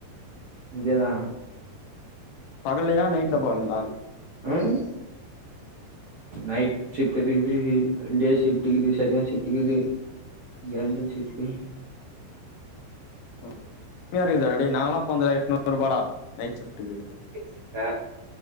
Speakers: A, on the right; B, on the left.
A: இதேதா
B: பகல்லயா நைட்ல போவீங்களா
A: உம் நைட் ஷிப்ட் இக்குது டேஷிப்ட் இக்குது செகண் ஷிப்ட் இக்குது எந்த ஷிப்ட்டு
B: அ மியா ருக்தடா டே நாங்கல்லா போன்துல எட்நூ ருபாடா நைட் ஷிப்ட்டுக்கு
A: வெச்சிட்ட